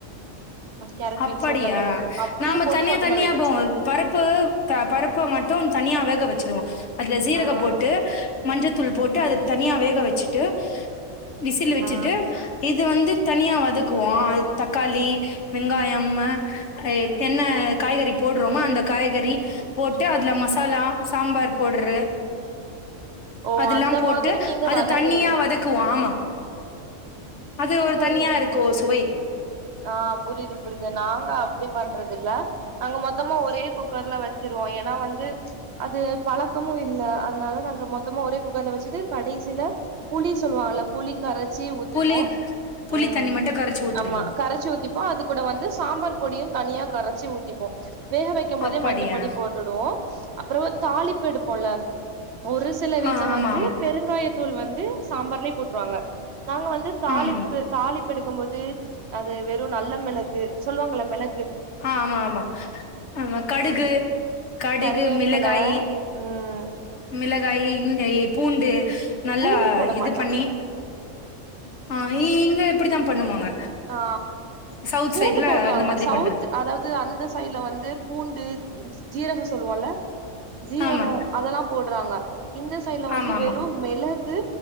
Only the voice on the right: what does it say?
கேரட்
பீன்ஸ் உருளக்கெழங்கு அப்டியே
போட்டு
மொத்தமா
வேக வச்சிருவோ
ஆ
ஆ
ஓ
அந்த
மாதிரி நீங்க
வதங்குறீங்க
புரியுது
ஆ புரிது புரிது நாங்க அப்டி பண்றதில்ல நாங்க மொத்தமா ஒரே குக்கர்ல வச்சுருவோ ஏனா வந்து அது பழக்கமு இல்ல அதுனால நாங்க மொத்தமா ஒரே குக்கர்ல வச்சுட்டு கடைசில புளி சொல்லுவாங்ல புளி கரச்சி ஊத்திப்போ
ம்
ஆமா கரச்சி ஊத்திப்போ அது கூட வந்து சாம்பார் பொடியு தனியா கர ச்சி ஊத்திப்போ வேக வைக்கம் போதே
மஞ்சப்பொடி போட்டுடுவோ அப்பெறவு தாளிப்பு எடுப்போல்ல ஒரு சில வீட்ல
வந்து
பெருங்காய தூள் வந் து சாம்பார்லே போட்ருவாங்க நாங்க வந்து தாளிப்பு
தாளிப்பு எடுக்கும்போது அது வெறு நல்ல மெளகு சொல்வாங்கல மெள
கருவேப்பில
ம்
பூண்டு போட
மாட்டோ
ஆ
பூண்டு
போடுவாங்க
சவுத்
அதாவது அந்த சைடு்ல வந்து பூண்டு ஜீரகோ சொல்வோல்ல ஜீரகோ
அதெல்லா போட்றாங்க இந்த சைடுல வந்து
வெறு மிளகு